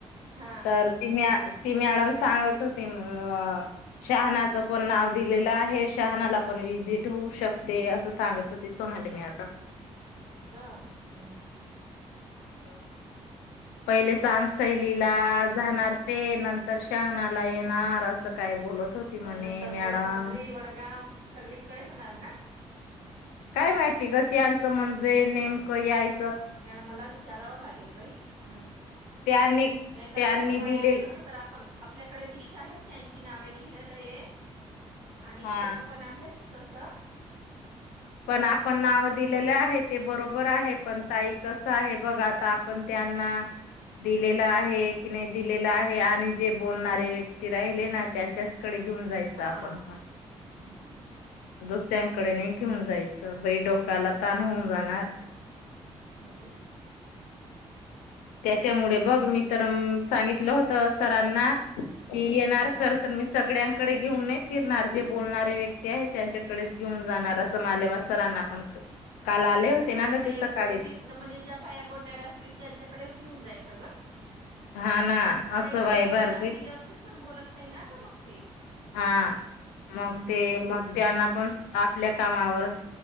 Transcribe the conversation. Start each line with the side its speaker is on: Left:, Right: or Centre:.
Right: हा
Left: तर तीनं ती मॅडम सांगत होती अं. ! शहानाचं पण नाव दिलेलं आहे, शहानाला पण व्हिजिट होऊ शकते, असं सांगत होती सोनाली मॅडम.
Right: असं हू!
Left: <inaudible> पहिले सांस पलीला जाणार. ते नंतर शहानाला येणार, असं काय बोलत होती म्हणे
Right: मंग नंतर
Left: मॅडम
Right: कोडपांढरी, वडगाव सगळीकडे होणार ना?
Left: काय माहिती ग त्यांच म्हणजे नेमकं याय
Right: मला विचाराव लागेल बाई, हू
Left: त्यांनी
Right: नाहीतर
Left: त्यांनी
Right: कस बाया
Left: दिले
Right: ना तस तर आपण, आपल्याकडे लिस्ट आहे त्यांची नावे. लिहिलेलय. आणि
Left: हा
Right: फोटो पण आहेच तसं.
Left: पण आपण
Right: हम्म.
Left: नाव दिलेले आहे ते बरो बर आहे पण ताई कसं आहे बघ आता, आपण त्यांना दिलेलं आहे की नही दिलेलं आहे, आणि जे बोलणारे व्यक्ती राहिले ना त्यांच्या कडे घेऊन जायचं
Right: हा.
Left: आपण पण.
Right: हम्म.
Left: दुसऱ्यांकडे नही. ऊन जायचं बाई डोक काला
Right: हम्म.
Left: ताण होऊन जाणार.
Right: हो बाई.
Left: त्याच्यामुळे बघ मी तर सांगितलं होतंस. सरांना की येणार
Right: हम्म.
Left: सर, तर मी सगळ्यांकडे घेऊन नाही फिरणार. जे बोलणारे व्यक्ती आहे त्यांच्याकडेच घेऊन जाणार, असं मालेमा सरांना पण काल आले होते
Right: हा ना
Left: ग
Right: ते
Left: सकाळी
Right: बोलती म्हणजे, ज्या बाया बोलणाऱ्या असतील किंवा त्यांच्या इकडेच घेऊन जायचं ग
Left: हा ना
Right: काही,
Left: असं
Right: काही
Left: वायभार
Right: बायाना दिले असून पण बोलत नाही ना ग मग ते
Left: हा
Right: हूं
Left: मग ते मग त्यांना पण आपल्या कामावर